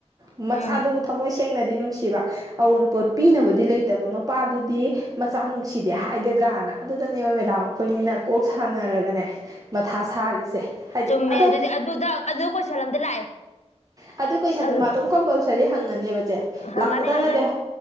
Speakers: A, on the right; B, on the left.
A: ꯃꯆꯥꯗꯨꯕꯨ
B: ꯎꯝ
A: ꯊꯝꯃꯣꯏ ꯁꯦꯡ ꯁꯦꯡꯅꯗꯤ ꯅꯨꯡꯁꯤꯕ ꯑꯑꯣꯟꯄꯣꯠ ꯄꯤꯅꯕꯗꯤ ꯂꯩꯇꯕ ꯃꯄꯥꯗꯨꯗꯤ ꯃꯆꯥ ꯅꯨꯡꯁꯤꯗꯦ ꯍꯥꯏꯒꯗ꯭ꯔꯥꯅ ꯑꯗꯨꯗꯅꯦꯕ ꯃꯦꯗꯥꯝ ꯑꯩꯈꯣꯏꯅꯤꯅ ꯀꯣꯛ ꯁꯥꯟꯅꯔꯒꯅꯦ ꯃꯊꯥ ꯁꯥꯔꯤꯁꯦ ꯍꯥꯏꯗꯤ
B: ꯆꯨꯝꯃꯦ
A: ꯑꯗꯣ
B: ꯑꯗꯨꯗꯤ ꯑꯗꯨꯗ ꯑꯗꯨ ꯀꯣꯏꯁꯜ ꯝꯗꯤ ꯂꯥꯛꯑꯦ
A: ꯑꯗꯨꯏ ꯀꯣꯏꯁꯟꯗꯨ
B: ꯑꯗꯨ
A: ꯃꯗꯨꯝ ꯀꯝꯄꯜꯁꯔꯤ ꯍꯪꯉꯅꯦꯕ ꯆꯦ
B: ꯍꯪꯉꯅꯤ
A: ꯂꯥꯛꯄꯗꯪ
B: ꯍꯪꯉꯅꯤ
A: ꯅꯠꯇꯦ